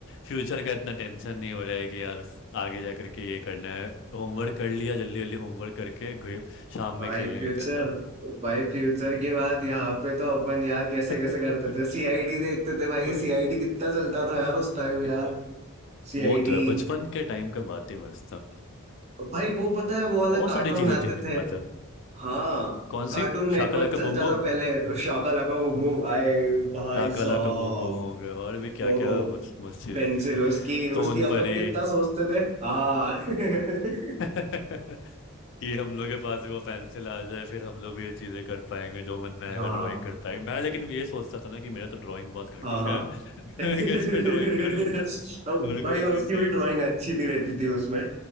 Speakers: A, on the left (about 60°); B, on the right (about 30°).
A: फ्यूचर का इतना टेंशन नहीं हो रहा है कि यार आगे जा करके ये करना है होमवर्क कर लिया जल्दी जल्दी होमवर्क करके घे- शाम
B: भाई
A: में खेलने
B: फ्यूचर
A: निकल जाओ
B: भाई फ्यूचर की बात यहाँ पे तो अपन यार कैसे
A: <laughs>
B: कैसे करते थे सीआईडी देखते थे भाई
A: अ,
B: सीआईडी कितना चलता था यार उस टाइम
A: वही
B: यार
A: तो
B: सीआईडी
A: वो तो है बचपन के टाइम का बात ही मस्त था
B: भाई वो पता है वो वाला
A: बहुत
B: कार्टून
A: सारी चीजें
B: आते
A: थी मेन
B: थे
A: बात है
B: हाँ
A: कौन
B: कार्टून
A: सी
B: नेटवर्क
A: शाकला का
B: चलता
A: बम बम।
B: था पहले शाका लाका वो मूव आए भाई
A: लाका
B: साहब
A: लाका बम बम हो गए और भी क्या
B: ओहो
A: क्या मस्जिद
B: पेंसिल
A: है
B: उसकी
A: सोन
B: उसकी अपन
A: परी
B: कितना सोचते थे हाँ <laughs>
A: <laughs> कि हम लोग के पास भी वो पेंसिल आ जाए फिर हम लोग भी ये चीज़ें कर पाएंगे जो मन में आएगा
B: हाँ
A: ड्राइंग कर पाएंगे मैं लेकिन ये सोचता था ना कि मेरा तो ड्राइंग बहुत घटिया
B: हाँ हाँ
A: है <laughs> मैं
B: <laughs> अब
A: कैसे ड्राइंग करूंगा अगर
B: भाई
A: कोई
B: उसकी
A: चीज़ चाहिए
B: भी ड्राइंग अच्छी नहीं रहती थी उसमें <laughs>